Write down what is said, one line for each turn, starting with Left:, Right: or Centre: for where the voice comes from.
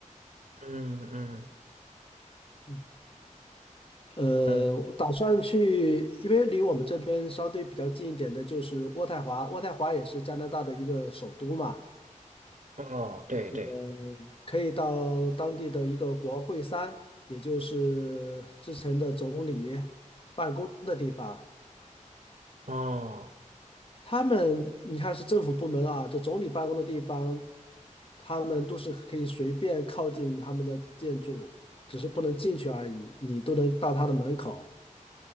Right: 嗯嗯
Left: 嗯呃，
Right: 嗯，
Left: 我打算去，因为离我们这边相对比较近一点的就是渥太华，渥太华也是加拿大的一个首都嘛，
Right: 哦，对对。
Left: 嗯，可以到当地的一个国会山，也就是之前的总理办公的地方。
Right: 哦，
Left: 他们你看是政府部门啊，就总理办公的地方，他们都是可以随便靠近他们的建筑，只是不能进去而已，你都能到他的门口。